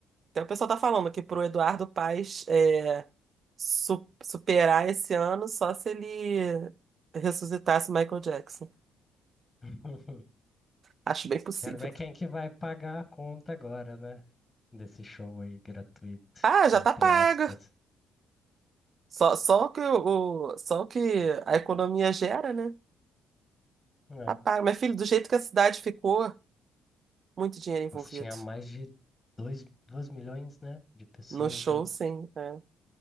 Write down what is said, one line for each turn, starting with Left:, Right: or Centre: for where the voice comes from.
Right: Até o pessoal tá falando que pro Eduardo Paes. é, su- superar esse ano só se ele ressuscitasse Michael Jackson.
Left: <laughs>
Right: Acho bem possível.
Left: Quero ver quem que vai pagar a conta agora, né? Desse show aí gratuito,
Right: Ah, já
Left: entre
Right: tá pago
Left: aspas.
Right: Só, só o que o, só o que a economia gera, né?
Left: É.
Right: Tá paga. Mas, filho, do jeito que a cidade ficou, muito dinheiro envolvido.
Left: Mas tinha mais de dois dois milhões, né? De pessoas
Right: No show,
Left: lá.
Right: sim. é.